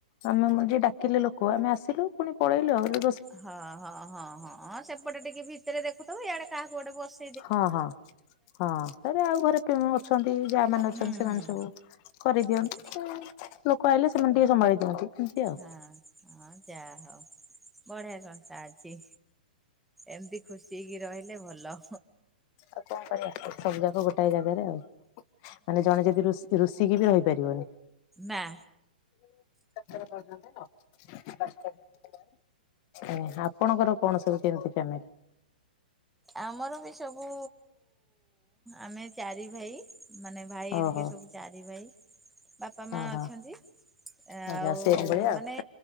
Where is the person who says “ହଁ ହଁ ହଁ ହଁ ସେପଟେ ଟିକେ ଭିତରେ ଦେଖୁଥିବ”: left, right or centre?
Centre